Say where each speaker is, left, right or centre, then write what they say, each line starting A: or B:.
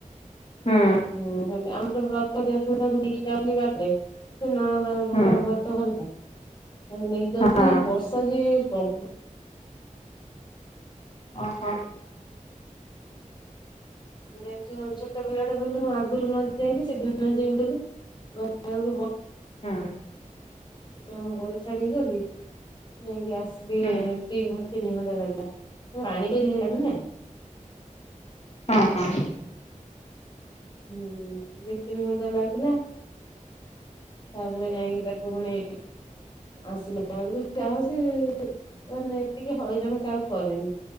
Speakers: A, on the left; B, on the left.
A: ହୁଁ
B: ହୁଁ ସେ ଆମର ତ <unintelligible> ତାକୁ ନେଇକି ଯାଉଥିଲି ବାଟରେ। ସେ ନଣନ୍ଦଙ୍କର ଘର
A: ହୁଁ
B: ବ୍ରତ ଘରକୁ ନେଇକି ଯାଉଥିଲି
A: ହଁ
B: ବର୍ଷା ଯେ ପ୍ରବ
A: ଓହୋ।
B: ଯେହେତୁ ଛୋଟ ପିଲାଟେ ବୁଲି ମୁଁ ଆଗରୁ ନ ଯାଇକି ସେଦିନ ଯିମି ବୋଲି <unintelligible> <unintelligible> ମୁଁ
A: ହୁଁ
B: ଆମ ଘରେ ଛାଡ଼ିକି ଗଲି ଯାଇକି ଆସିଲି
A: ହୁଁ
B: ଦି ଘଣ୍ଟା ତିନି ଘଣ୍ଟା ଲାଗିଲା ପାଣି ବି ହେଲାଣି ନା।
A: ହଁ ହଁ।
B: ହୁଁ ଦି ତିନି ଘଣ୍ଟା ଲାଗିଲା। ତାପରେ ଯାଇକି ତାକୁ ପୁଣି ଆସିଲାବେଳକୁ ଯାହା ହେଉ ସେ ମାନେ ଏତିକି ହଇରାଣ କାହାକୁ କରେନି।